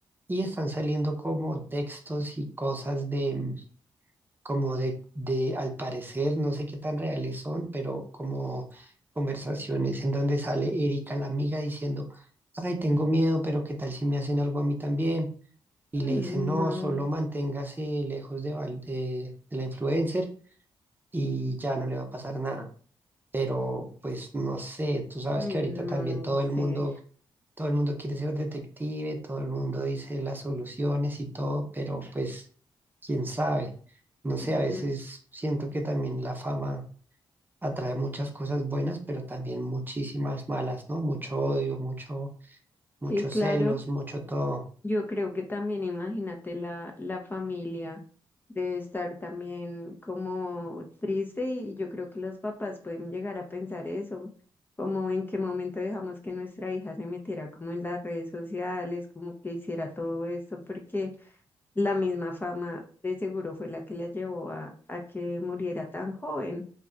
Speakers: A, on the right; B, on the left.
A: y están saliendo como textos y cosas de mm, como de de al parecer, no sé qué tan reales son, pero como conversaciones en donde sale Erika la amiga diciendo Ay, tengo miedo, pero ¿qué tal si me hacen algo a mí también? y
B: Mm,
A: le dicen, no,
B: No,
A: solo manténgase lejos de, Val- de, de la influencer y ya no le va a pasar nada. Pero pues no sé, tú sabes
B: uy,
A: que
B: no,
A: ahorita también todo
B: sí.
A: el mundo, todo el mundo quiere ser detective, todo el mundo dice las soluciones y todo, pero pues quién sabe. No
B: no.
A: sé, a veces siento que también la fama atrae muchas cosas buenas, pero también muchísimas malas, ¿no? Mucho odio, mucho, muchos
B: Sí, claro.
A: celos, mucho todo.
B: Yo creo que también, imagínate, la, la familia debe estar también como triste y yo creo que los papás pueden llegar a pensar eso, como en qué momento dejamos que nuestra hija se metiera como en las redes sociales, como que hiciera todo esto, porque la misma fama de seguro fue la que la llevó a, a que muriera tan joven